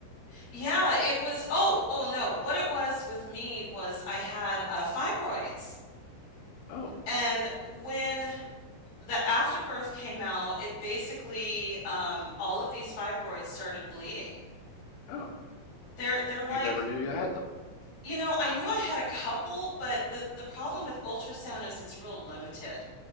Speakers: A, on the left (about 60°); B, on the left (about 80°).
A: Yeah, it was. Oh, oh no. What it was with me was I had uh, fibroids.
B: Oh.
A: And when the afterbirth came out, it basically um, all of these fibroids started bleeding.
B: Oh.
A: They're they're
B: And
A: like,
B: you never knew you had them.
A: you know, I knew I had a couple, but the the problem with ultrasound is it's real limited.